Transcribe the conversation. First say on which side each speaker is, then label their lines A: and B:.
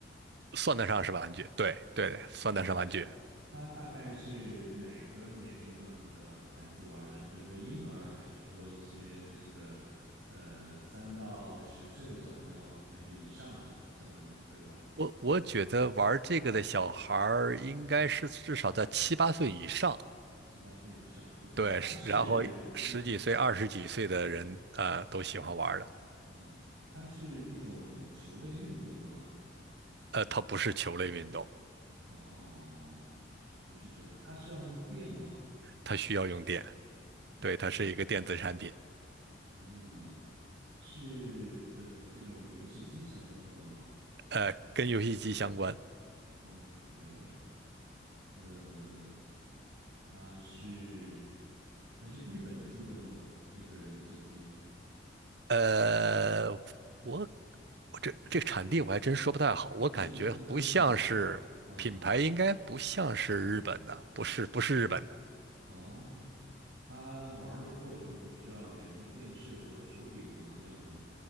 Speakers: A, on the right; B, on the right.
A: 算得上是玩具，对对，
B: 是
A: 算得上玩具。
B: OK。它大概是哪个年龄段的孩子玩儿的？比如说婴儿，还是说一些这个呃三到十岁的小朋友，还是以上的小朋友会玩儿的？
A: 我我觉得玩这个的小孩儿应该是至少在七八岁以上，
B: 七八岁以上，OK，
A: 对，
B: 它是嗯嗯
A: 是然后十几岁、二十几岁的人，呃，都喜欢玩儿的。
B: 哦，它是一种球类运动吗？
A: 呃，它不是球类运动，
B: 哦，不是球类，它需要用电吗
A: 它需要用电，
B: ？OK，
A: 对，它是一个电子产品，
B: 嗯，是呃这种游戏机相关的吗
A: 呃，跟游戏机相关。
B: ？OK，呃，它是它是日本出的吗？这个游戏机
A: 呃，我我这这产地我还真说不太好，我感觉不像是品牌，
B: 哦，就是它的品啊
A: 应该不像是日本的，不是不是日本的。
B: 哦，它玩的过程中需要连电视和手柄吗？这样子，